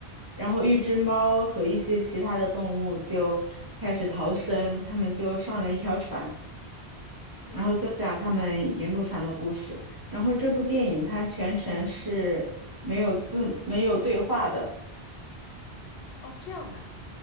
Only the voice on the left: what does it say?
嗯，
哦，这样的啊